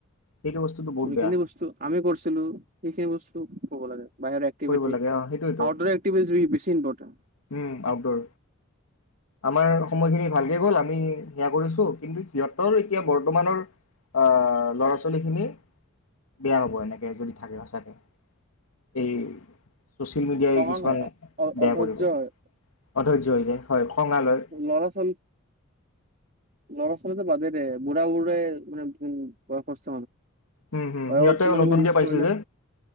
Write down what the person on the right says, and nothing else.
সেইখিনি
বস্তু আমি কৰিছিলো সেইখিনি বস্তু কৰিব লাগে। বাহিৰা এক্টিভিটি
আউটৰে এক্টিভিটি বেছি ইমপৰ্টেন,
খঙাল
হয়
অধৈৰ্য
হয়
ল'ৰা ছোৱালী ল'ৰা ছোৱালীটো বাদে দে বুঢ়াবোৰে এ এ বয়সস্থ
বয়সস্হ
মানুহবোৰে
ইউজ
কৰিলে